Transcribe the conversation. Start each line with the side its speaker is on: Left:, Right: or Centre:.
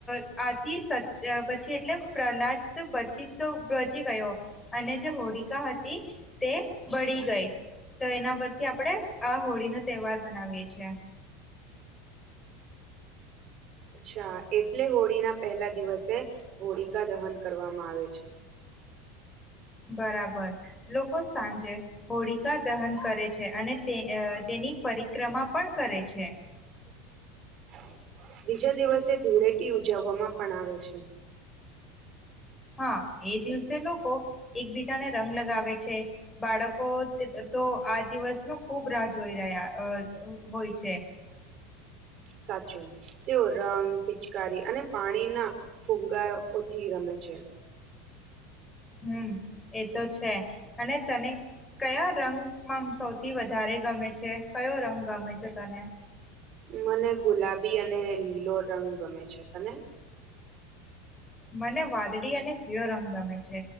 Left: અ આથી સત પછી એટલે પ્રહલાદ બચી તો બચી ગયો, અને જે હોળી કાલિકા હતી તે બળી ગઈ. તો એના પરથી આપડે આ હોળી નો તહેવાર બનાવીય છેએ.
Right: અચ્છા એટલે હોળીના પહેલા દિવસે, હોળિકા દહન કરવામાં આવે છે.
Left: બરાબર, લોકો સાંજે હોળિકા દહન કરે છે અને તે તેની ની પરિક્રમા પણ કરે છે.
Right: <inaudible> બીજા દિવસે ધૂળેટી ઉજવવામાં પણ આવે છે.
Left: હા એ દિવસે લોકો એકબીજાને રંગ લગાવે છે બાળકો. તો આ દિવસ ન ખુબ રાહ જોઈ રહ્યા હોય છે.
Right: સાચું તેઓ રંગ પિચકારી અને પાણીના ફુગાઓથી રમે છે. છે.
Left: હમ એતો છે અને તને. કયા રંગમાં સૌથી વધારે ગમે છે કયો રંગ ગમે છે તને.
Right: મને ગુલાબી અને લીલો રંગ ગમે છે તને.
Left: મને વાદળી અને પીળો રંગ ગમે છે